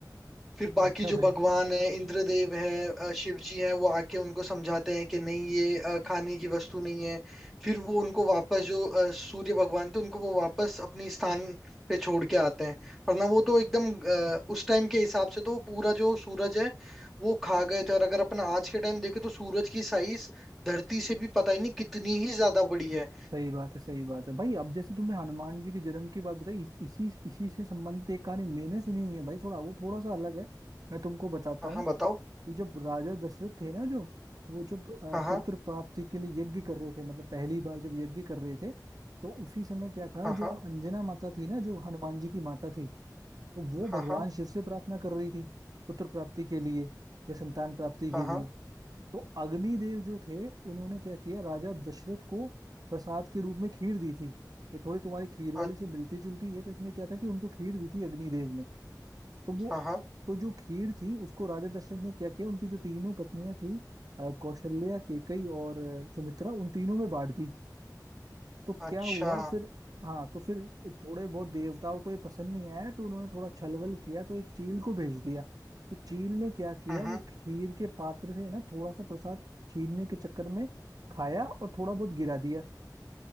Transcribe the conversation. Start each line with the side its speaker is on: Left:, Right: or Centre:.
Centre: फिर बाकी
Right: अच्छा
Centre: जो
Right: भाई
Centre: भगवान है इंद्रदेव है अ, शिव जी हैं वो आके उनको समझाते हैं कि नहीं ये अ, खाने की वस्तु नहीं है फिर वो उनको वापस जो अ, सूर्य भगवान थे उनको वो वापस अपनी स्थान पे छोड़ के आते हैं वरना वो तो एकदम अ, उस टाइम के हिसाब से तो वो पूरा जो सूरज है वो खा गए थे और अगर अपन आज के टाइम देखें तो सूरज की साइज धरती से भी पता ही नहीं कितनी ही ज्यादा बड़ी है
Right: सही बात है सही बात है भाई अब जैसे तुमने हनुमान जी के जन्म की बात बताई इस, इसी इसी से संबंधित एक कहानी मैंने सुनी हुई है भाई थोड़ा वो थोड़ा सा अलग है मैं तुमको बताता
Centre: हाँ
Right: हूँ
Centre: हाँ बताओ
Right: कि जब राजा दशरथ थे ना जो वो जब अ,
Centre: हाँ हाँ
Right: पुत्र प्राप्ति के लिए यज्ञ कर रहे थे मतलब पहली बार जब यज्ञ कर रहे थे तो उसी समय क्या था
Centre: हाँ
Right: जो अंजना माता थी ना जो हनुमान जी की माता थी तो वो भगवान
Centre: हाँ हाँ
Right: शिव से प्रार्थना कर रही थी पुत्र प्राप्ति के लिए या संतान प्राप्ति
Centre: हाँ
Right: के
Centre: हाँ
Right: लिए तो अग्निदेव जो थे उन्होंने क्या किया राजा दशरथ को प्रसाद के रूप में खीर दी थी ये थोड़ी तुम्हारी खीर वाली
Centre: हाँ
Right: से मिलती जुलती है तो इसमें क्या था कि उनको खीर दी थी अग्निदेव ने तो वो
Centre: हाँ हाँ
Right: तो जो खीर थी उसको राजा दशरथ ने क्या किया उनकी जो तीनों पत्नियां थी अ, कौशल्या केकई और अ, सुमित्रा उन तीनों में बांट दी तो
Centre: अच्छा
Right: क्या हुआ फिर हाँ तो फिर थोड़े बहुत देवताओं को ये पसंद नहीं आया तो उन्होंने थोड़ा छलबल किया तो एक चील को भेज दिया तो चील ने क्या किया
Centre: हम्म
Right: वो
Centre: हम्म
Right: खीर के पात्र से ना थोड़ा सा प्रसाद छीनने के चक्कर में खाया और थोड़ा बहुत गिरा दिया